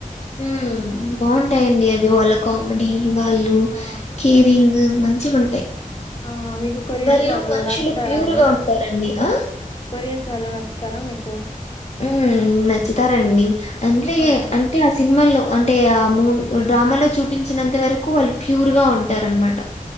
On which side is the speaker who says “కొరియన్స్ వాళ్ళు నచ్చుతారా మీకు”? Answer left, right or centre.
Left